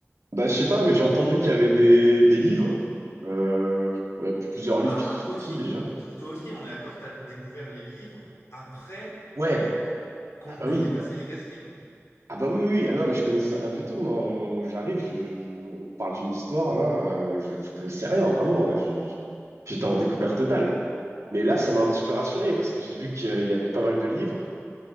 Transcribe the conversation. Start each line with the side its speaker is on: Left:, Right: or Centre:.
Right: Bah, je sais pas, mais j'ai entendu qu'il y avait des, des livres. Euh, ouais, plusieurs livres
Left: Ah,
Right: qui sont sortis
Left: toi aussi?
Right: déjà.
Left: To- Toi aussi, on est d'accord, t'as découvert les livres après
Right: Ouais.
Left: qu'on,
Right: Ah bah
Left: que
Right: oui.
Left: t'aies passé les castings.
Right: Ah bah oui, oui. oui. Ah non, mais je connaissais rien du tout, moi. On- J'arrive, je- je- on parle d'une histoire, là. euh, je, je connaissais rien, vraiment. Là, J'ai- j'étais en découverte totale. Mais là, ça m'a un petit peu rassuré parce que j'ai vu qu'il y avait pas mal de livres.